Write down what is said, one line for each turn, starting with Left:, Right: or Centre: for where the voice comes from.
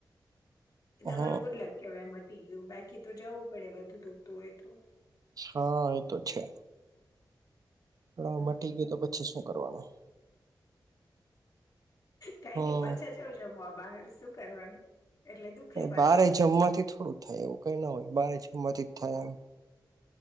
Left: તમારું
Right: હ
Left: ગુટલક કેહેવાય એ મટી ગયું બાકી તો જવું પડે વધુ દૂખતું હોય તો
Right: હા એતો છે લાવ
Left: હમ
Right: મટી ગય તો પછી શું કરવાનું
Left: કઈ
Right: હમ
Left: નઈ પાછા જવં જમવા બહાર શું કરવાનું એટલે દુખે પાછું
Right: બારે જમવાથી થોડું થાય એવું કઈ ના હોય બારે જમવાથી જ થાય એમ